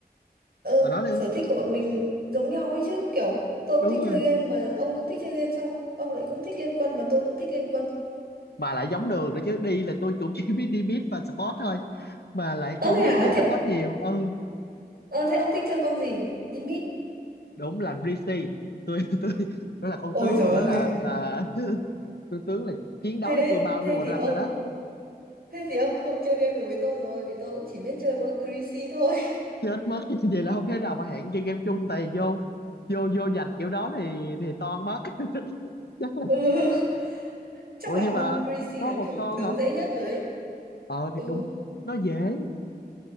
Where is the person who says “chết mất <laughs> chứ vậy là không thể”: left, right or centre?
Left